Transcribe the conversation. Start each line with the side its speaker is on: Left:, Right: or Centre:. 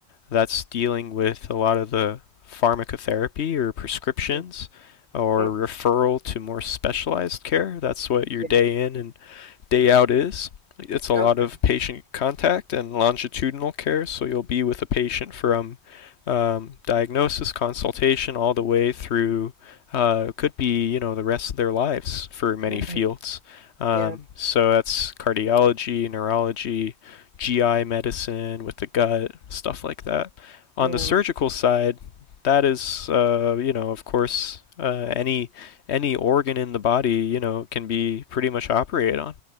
Left: that's dealing with a lot of the pharmacotherapy or prescriptions
Right: Mhm.
Left: or
Right: okay
Left: referral to more specialized care. That's what your
Right: yeah
Left: day in and day out is. It's a lot
Right: okay
Left: of patient contact and longitudinal care, so you'll be with a patient from um, diagnosis, consultation, all the way through uh, could be you know the rest of their lives for many
Right: Mhm.
Left: fields. Um,
Right: yeah
Left: so that's cardiology, neurology, GI medicine with the gut, stuff like that. On
Right: yeah
Left: the surgical side, that is uh, you know of course uh, any any organ in the body you know can be pretty much operated on.